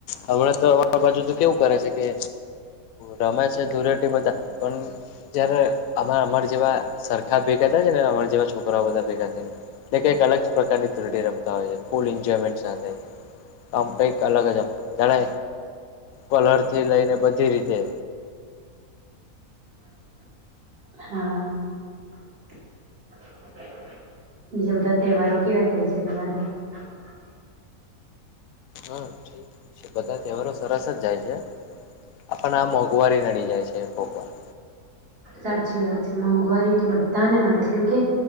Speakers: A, on the left; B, on the right.
A: હમણાં તો અ બાજુ તો કેવું કરે છે, કે રમે છે, ધૂળેટી બધા પણ જયારે અ અમાર જેવા સરખા ભેગા થ છે ને અમાર જેવા છોકરાઓ બધા ભેગા થને. એ કંઈક અલગ પ્રકારની ત <unintelligible> રમતા હોય છે, ફૂલ એન્જોયમેન્ટ સાથે આમ કંઈક અલગ જ જાણે કલરથી લઈને બધી રીતે.
B: હા બીજા બધા તહેવારો કેવા જાય છે <unintelligible>
A: હા ઠીક છે, બધા તહેવારો સરસ જ જાય છે, આપણ આ મોંઘવારી નડી જાય છે. <unintelligible>
B: સાચી વાત છે, મોંઘવારી તો બધાને નડે છે એમ કે